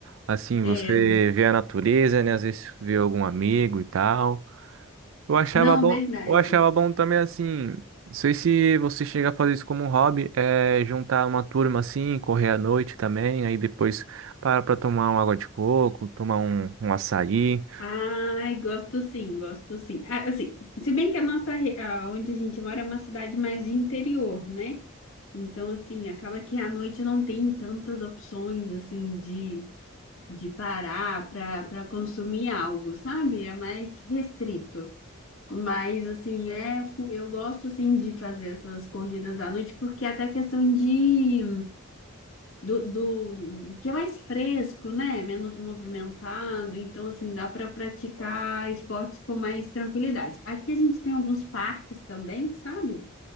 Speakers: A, on the right; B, on the left.
A: Assim,
B: É,
A: você vê a natureza, né? Às vezes vê algum amigo e tal. Eu achava
B: não,
A: bom,
B: verdade.
A: eu achava bom também, assim, não sei se você chega a fazer isso como um hobby, é juntar uma turma assim, correr à noite também, aí depois para pra tomar uma água de coco, tomar um, um açaí.
B: Ai, gosto sim, gosto sim. Ah, Assim, se bem que a nossa, re- a- onde a gente mora é uma cidade mais de interior, né? Então, assim, acaba que à noite não tem tantas opções, assim, de, de parar para para consumir algo, sabe? É mais restrito. Mas assim, é, fu- eu gosto assim de fazer essas corridas à noite, porque é até questão de do, do que é mais fresco, né? Menos movimentado, então assim dá para praticar esportes com mais tranquilidade. Aqui a gente tem alguns parques também, sabe?